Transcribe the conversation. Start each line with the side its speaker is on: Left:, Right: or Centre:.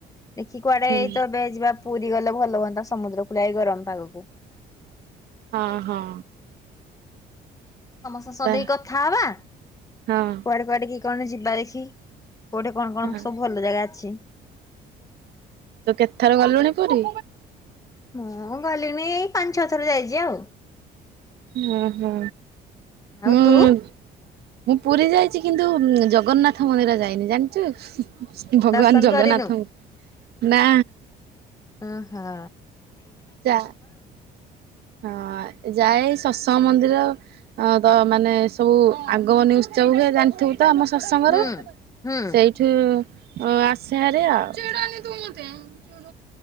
Left: ଦେଖି କୁଆଡେ
Right: ହୁଁ
Left: ଏଇ ତ ଏବେ ଯିବ ପୁରୀ ଗଲେ ଭଲ ହୁଅନ୍ତା ସମୁଦ୍ର କୁଳିଆ ଗରମ ପାଗକୁ।
Right: ହଁ ହଁ
Left: ସମସ୍ତଙ୍କ ସହ
Right: ତା
Left: ଦେଇକି କଥା ହବା କୁଆଡେ
Right: ହଁ
Left: କୁଆଡେ କଣ ଯିବା ଦେଖି? କୋଉଠି କଣ କଣ
Right: ହଁ।
Left: ସବୁ ଭଲ ଜାଗା ଅଛି?
Right: ତୁ କେତଥର ଗଲୁଣି ପୁରୀ?
Left: ମୁଁ ଗଲିଣିି ଏଇ ପାଞ୍ଚ ଛଅ ଥର ଯାଇଛି ଆଉ।
Right: ଉଁ ହୁଁ
Left: ଆଉ
Right: ଉଁ
Left: ତୁ
Right: ମୁଁ ପୁରୀ ଯାଇଚି କିନ୍ତୁ ଜଗନ୍ନାଥ ମହିର ଯାଇନି ଜାନଚୁ ଭଗବାନ
Left: ଦର୍ଶନ
Right: ଜଗନ୍ନାଥଙ୍କୁ
Left: କରିନୁ
Right: ନା
Left: ଓ ହଁ
Right: ଯା ହଁ ଯାଏ ତ ମନ୍ଦିର ଅ ତ ମାନେ ସବୁ ଆଗମନୀ ଉତ୍ସବ ହୁଏ ଜାଣି ତ ଆମ ଶସଙ୍ଗର
Left: ହୁଁ ହୁଁ
Right: ସେଇଠୁ ଓ ଆସେ ହାରି ଆଉ। <unintelligible>